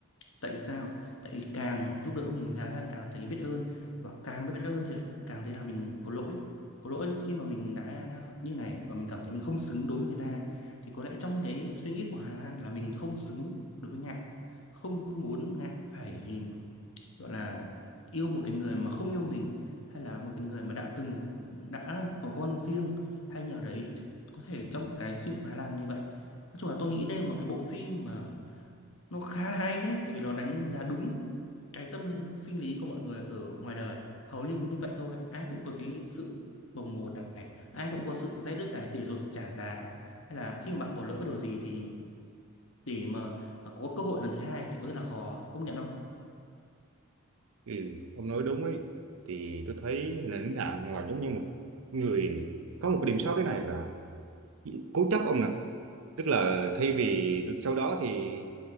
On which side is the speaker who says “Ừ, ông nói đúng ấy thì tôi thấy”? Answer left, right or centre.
Right